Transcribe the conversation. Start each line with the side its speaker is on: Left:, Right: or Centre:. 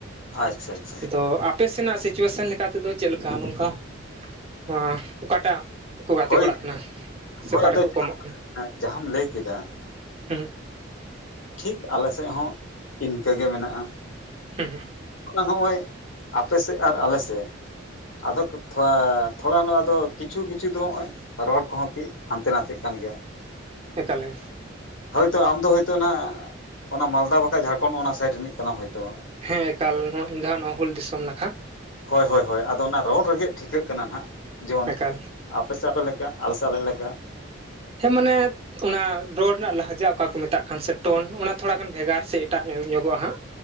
Left: ᱟᱪᱪᱷᱟ ᱟᱪᱪᱷᱟ
Right: ᱫᱚ ᱟᱠ ᱟᱯᱮᱥᱮᱱᱟᱜ ᱥᱤᱪᱩᱭᱮᱥᱚᱱ ᱞᱮᱠᱟᱛᱮᱫᱚ ᱪᱮᱫ ᱞᱮᱠᱟ ᱱᱚᱝᱠᱟ ᱱᱚᱣᱟ ᱚᱠᱟᱴᱟᱜ ᱠᱚ ᱜᱟᱛᱮ
Left: ᱦᱳᱭ
Right: ᱵᱟᱲᱟᱜ ᱠᱟᱱᱟ ᱥᱮ
Left: ᱦᱳᱭ
Right: ᱚᱠᱟᱴᱟᱜ
Left: ᱟᱫᱚ
Right: ᱠᱚ ᱠᱚᱢᱚᱜ ᱠᱟᱱᱟ
Left: ᱡᱟᱦᱟᱸᱢ ᱞᱟᱹᱭ ᱠᱮᱫᱟ
Right: <unintelligible>
Left: ᱴᱷᱤᱠ ᱟᱞᱮᱥᱮᱫ ᱦᱚᱸ ᱤᱱᱠᱟᱹᱜ ᱜᱮ ᱢᱮᱱᱟᱜᱼᱟ
Right: ᱦᱮᱸ ᱦᱩᱸ <inaudible>
Left: ᱟ ᱱᱚᱜᱼᱚᱭ ᱟᱯᱮ ᱥᱮᱫ ᱟᱨ ᱟᱞᱮ ᱥᱮᱫ <unintelligible> ᱟᱫᱚ ᱛᱷᱚᱲᱟ ᱟᱫᱚ ᱠᱤᱪᱷᱩ ᱠᱤᱪᱷᱩ ᱫᱚ ᱱᱚᱜᱼᱚᱭ <unintelligible> ᱨᱚᱲ ᱠᱚᱦᱚᱸ ᱠᱤ ᱦᱟᱱᱛᱮ ᱱᱟᱛᱮᱜ ᱠᱟᱱ ᱜᱮᱭᱟ
Right: ᱮᱠᱟᱞ ᱜᱮ
Left: ᱦᱳᱭᱛᱳ ᱟᱢᱫᱚ ᱦᱳᱭᱛᱳ ᱱᱟᱜ ᱚᱱᱟ ᱢᱟᱞᱫᱟ ᱵᱟᱠᱷᱟᱱ ᱡᱷᱟᱲᱠᱷᱚᱸᱰ ᱚᱱᱟ ᱥᱟᱭᱤᱰ ᱨᱤᱱᱤᱡ ᱠᱟᱱᱟᱢ ᱦᱳᱭᱛᱚ
Right: ᱦᱮᱸ ᱮᱠᱟᱞ ᱤᱧ ᱫᱚ ᱦᱟᱸᱟᱜ ᱱᱚᱣᱟ ᱦᱩᱞ ᱫᱤᱥᱚᱢ ᱱᱟᱠᱷᱟ
Left: ᱦᱚᱭ ᱦᱚᱭ ᱦᱚᱭ ᱟᱫᱚ ᱚᱱᱟ ᱨᱚᱲ ᱨᱮᱜᱮ ᱴᱷᱤᱠᱟᱹᱜ ᱠᱟᱱᱟ ᱱᱟᱜ ᱡᱚᱱ
Right: ᱮᱠᱟᱞ
Left: ᱟᱯᱮ ᱥᱮ ᱟᱯᱮ ᱞᱮᱠᱟ ᱟᱞᱮᱥᱮᱜ ᱟᱞᱮ ᱞᱮᱠᱟ
Right: ᱦᱮᱸ ᱢᱟᱱᱮᱛ ᱚᱱᱟ ᱨᱚᱲ ᱨᱮᱱᱟᱜ ᱞᱟᱦᱟᱡᱟ ᱚᱠᱟ ᱠᱚ ᱢᱮᱛᱟᱜ ᱠᱟᱱ ᱥᱮ ᱴᱚᱱ ᱚᱱᱟ ᱛᱷᱚᱲᱟ ᱜᱟᱱ ᱵᱷᱮᱜᱟᱨ ᱥᱮ ᱮᱴᱟᱜ ᱧᱚᱜᱚᱜ-ᱟ ᱦᱟᱸᱜ